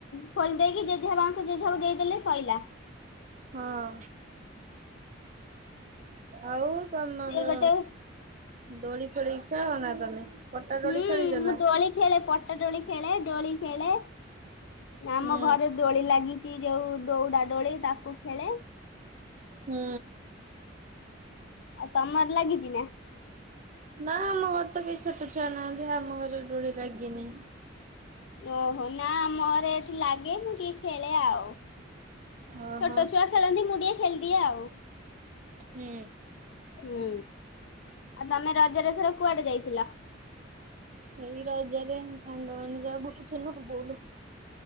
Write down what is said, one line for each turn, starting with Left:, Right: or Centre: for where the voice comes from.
Left: ଖୋଲିଦେଇକି ଜେଜେଆ ବାଉଂଶ ଜେଜେଆକୁ ଦେଇଦେଲେ ଶୋଇଲା।
Right: ହଁ ଆଉ ତମର
Left: ସିଏ ଗୋଟେ
Right: ଦୋଳି ଫୋଳି ଖାଅ ନା ତମେ? ପଟା ଦୋଳି
Left: ହୁଁ
Right: ଖେଳିଛ
Left: ମୁଁ
Right: ନା?
Left: ଡୋଳି ଖେଳେ ପଟା ଡୋଳି ଖେଳେ ଡୋଳି ଖେଳେ ଆମ
Right: ହୁଁ
Left: ଘରେ ଡୋଳି ଲାଗି ଯୋଉ ଦୌଡାଡୋଳି ତାକୁ ଖେଳେ।
Right: ହୁଁ
Left: ଆଉ ତମର ଲାଗିଛି ନା?
Right: ନା ଆମ ଘର ତ କେହି ଛୋଟ ଛୁଆ ନାହାନ୍ତି ଆମ ଘରେ ରୋଢ ଲାଗିନି
Left: ଓହୋ ନା ମୋରେ ଲାଗେ ମୁଁ ଟିକେ ଖେଳେ ଆଉ
Right: ଓହୋ
Left: ଛୋଟ ଛୁଆ ଖେଳନ୍ତି ମୁ ଟଏ ଖେଳଦିଏ ଆଉ
Right: ହୁଁ।
Left: ହୁଁ ଆଉ ତମେ ରଜରେ ଏଥର କୁଆଡେ ଯାଇଥିଲ?
Right: ଏଇ ରଜରେ ସାଙ୍ଗ ମ ମାନେ ଯାହା ବୁଲୁଥିଲୁ।